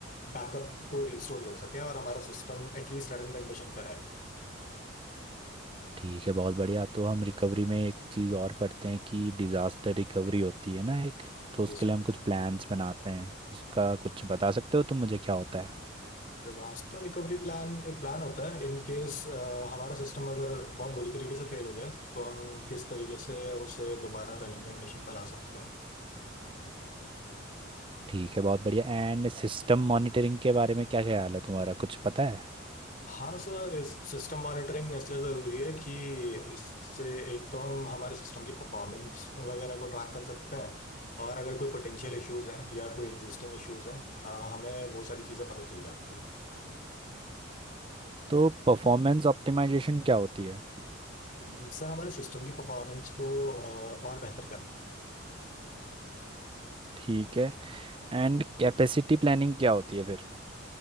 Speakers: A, on the left (about 40°); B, on the right (about 25°).
A: बैकअप को रिस्टोर कर सकें और हमारा सिस्टम एटलीस्ट रनिंग कंडीशन पर आए
B: ठीक है बहुत बढ़िया तो हम रिकवरी में एक चीज़ और पढ़ते हैं कि डिज़ास्टर रिकवरी होती है ना एक तो उसके
A: ये सब
B: लिए हम कुछ प्लान्स बनाते हैं उसका कुछ बता सकते हो तुम मुझे क्या होता है
A: डिजास्टर रिकवरी प्लान एक प्लान होता है इन केस हमारा सिस्टम अगर बहुत बुरी तरीके से फेल हो जाए तो हम किस तरीके से उसे दोबारा रनिंग कंडीशन पर ला सकते हैं
B: ठीक है बहुत बढ़िया एंड सिस्टम मॉनिटरिंग के बारे में क्या ख्याल है तुम्हारा कुछ पता है
A: हाँ सर इस सिस्टम मॉनिटरिंग इसलिए ज़रूरी है कि इससे एक तो हम हमारे सिस्टम की परफॉर्मेंस वगैरह को ट्रैक कर सकते हैं और अगर कोई पोटेंशियल इश्यूज हैं या कोई एग्जिस्टिंग इश्यूज हैं अ, हमें वो सारी चीज़ें पता चल जाती
B: तो परफॉर्मेंस ऑप्टिमाइजेशन क्या होती है
A: हैं सर हमारे सिस्टम की परफॉर्मेंस को अ, और बेहतर करना
B: ठीक है एंड कैपेसिटी प्लानिंग क्या होती है फिर